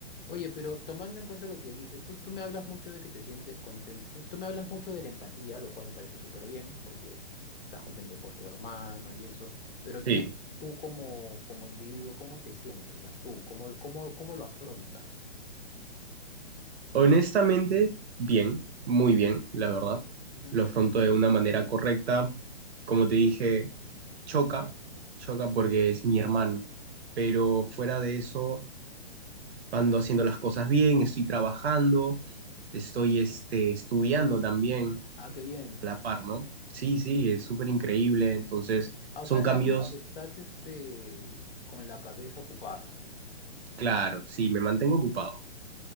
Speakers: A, on the left; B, on the right.
A: Oye, pero tomando en cuenta lo que dices, tú, tú me hablas mucho de que te sientes contento, tú, tú me hablas mucho de la empatía, lo cual me parece súper bien, porque estás contento por tu hermano y eso, pero
B: Sí.
A: tú, tú como, como individuo, ¿cómo te sientes? O sea, tú, ¿cómo, cómo, cómo lo afrontas?
B: Honestamente, bien, muy bien, la verdad.
A: Ujú.
B: Lo afronto de una manera correcta. Como te dije, choca, choca porque es mi hermano. Pero fuera de eso, ando haciendo las cosas bien, estoy trabajando, estoy este, estudiando también
A: Ah, qué bien.
B: a la par, ¿no? Sí, sí, es súper increíble. Entonces,
A: Ah,
B: son
A: o sea, digamos
B: cambios,
A: que estás este, con la cabeza ocupada.
B: claro, sí, me mantengo ocupado,